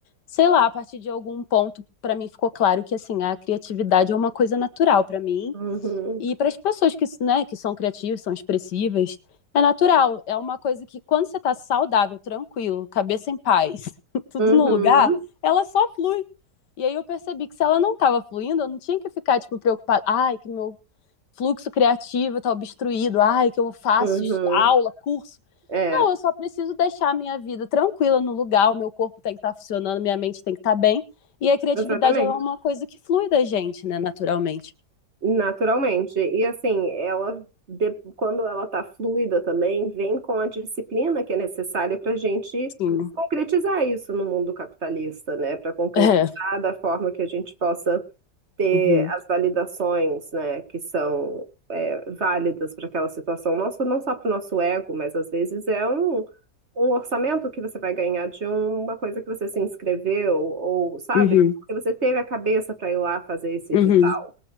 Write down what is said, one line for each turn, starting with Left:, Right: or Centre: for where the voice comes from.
Left: sei lá, a partir de algum ponto, para mim ficou claro que assim, a criatividade é uma coisa natural para mim
Right: Uhum,
Left: e para as pessoas que, né, que são criativas, são expressivas, é natural, é uma coisa que quando você está saudável, tranquilo, cabeça em paz, <laughs> tudo
Right: uhum,
Left: no lugar, ela só flui. E aí eu percebi que se ela não estava fluindo, eu não tinha que ficar tipo preocupada, ai, que meu fluxo criativo está obstruído, ai, que eu faço
Right: uhum.
Left: aula, curso.
Right: É,
Left: Não, eu só preciso deixar a minha vida tranquila no lugar, o meu corpo tem que estar tá funcionando, minha mente tem que estar tá bem. E a criatividade
Right: exatamente.
Left: ela é uma coisa que flui da gente, né, naturalmente.
Right: Naturalmente. E assim, ela de- quando ela está fluida também, vem com a disciplina que é necessária para a gente
Left: Sim.
Right: concretizar isso no mundo capitalista, né? Para concretizar
Left: É.
Right: da forma que a gente possa ter
Left: Uhum.
Right: as validações, né, que são é, válidas para aquela situação nossa, não só para o nosso ego, mas às vezes é um, um orçamento que você vai ganhar de uma coisa que você se inscreveu, ou sabe,
Left: Uhum.
Right: porque você teve a cabeça para ir lá fazer esse
Left: Uhum.
Right: edital.